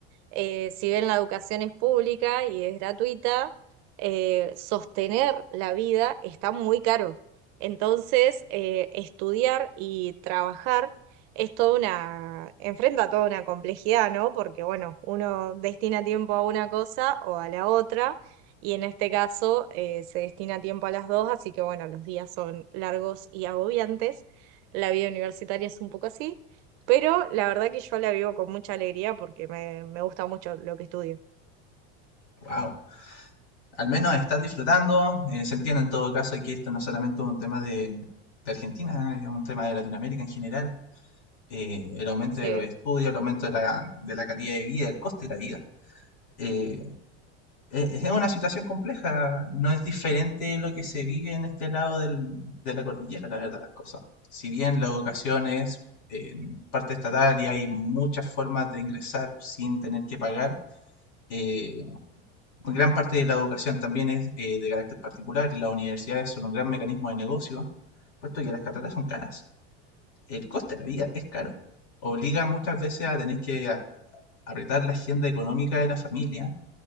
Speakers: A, on the right; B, on the left.
A: eh, si bien la educación es pública y es gratuita, eh, sostener la vida está muy caro. Entonces, eh, estudiar y trabajar es toda una, enfrenta toda una complejidad, ¿no? Porque, bueno, uno destina tiempo a una cosa o a la otra, y en este caso eh, se destina tiempo a las dos, así que, bueno, los días son largos y agobiantes. La vida universitaria es un poco así. Pero la verdad que yo la vivo con mucha alegría porque me, me gusta mucho lo que estudio.
B: Wow. Al menos estás disfrutando. eh, se entiende en todo caso que esto no es solamente un tema de, de Argentina, es un tema de Latinoamérica en general. Eh, el aumento
A: Sí,
B: de los estudios, el aumento de la, de la calidad de vida, el coste de la vida. Eh, eh, es una situación compleja, no es diferente lo que se vive en este lado del- de la cordillera, la verdad, las cosas. Si bien la educación es eh, parte estatal y hay muchas formas de ingresar sin tener que pagar, eh, gran parte de la educación también es eh, de carácter particular y las universidades son un gran mecanismo de negocio, puesto que las carreras son caras. El coste de la vida es caro. Obliga muchas veces a tener que a- apretar la agenda económica de la familia